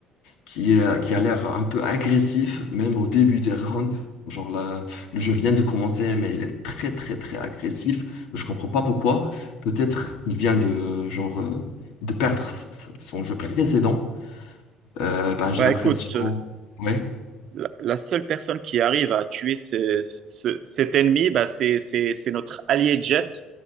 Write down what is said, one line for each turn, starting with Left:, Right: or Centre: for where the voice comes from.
Left: qui est- qui a l'air un peu agressif, même au début des rounds. Genre là, le jeu vient de commencer, mais il est très très très agressif. Je comprends pas pourquoi. Peut-être il vient de genre euh, de perdre s- s- son jeu précédent. Euh, ben
Right: Bah
Left: j'ai l'impression.
Right: écoute, euh,
Left: Ouais.
Right: la, la seule personne qui arrive à tuer ce- ce- cet ennemi, bah, c'est, c'est, c'est notre allié Jet,